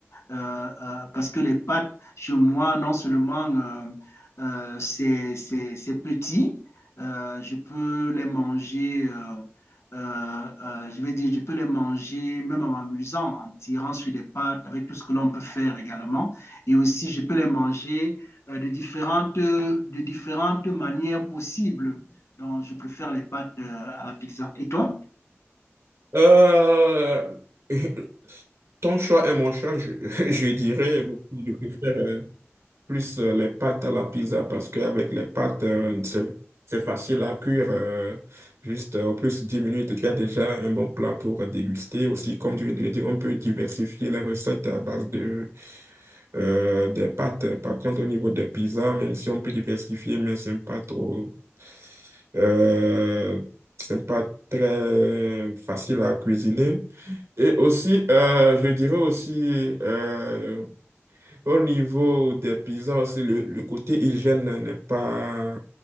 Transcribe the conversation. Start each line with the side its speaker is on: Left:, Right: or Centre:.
Left: euh, euh, parce que les pâtes chez moi non seulement euh, euh, c'est c'est c'est petit, euh, je peux les manger. euh, euh, euh, je vais dire, je peux les manger même en m'amusant, en tirant sur les pâtes, avec tout ce que l'on peut faire également. Et aussi, je peux les manger euh, de différentes, de différentes manières possibles. Donc, je préfère les pâtes euh, à la pizza. Et toi?
Right: Euh, <laughs> ton choix et mon choix, je, <laughs> je dirais, je préfère. euh, plus euh, les pâtes à la pizza parce qu'avec les pâtes, euh, c'est c'est facile à cuire. euh, juste euh, en plus 10 minutes, tu as déjà un bon plat pour déguster. Aussi, comme tu viens de le dire, on peut diversifier les recettes à base de, euh, des pâtes. Par contre, au niveau des pizzas, même si on peut diversifier, mais c'est pas trop. euh, c'est pas très facile à cuisiner. Et aussi, euh, je dirais aussi. euh, au niveau des pizzas aussi, le, le côté hygiène n'est pas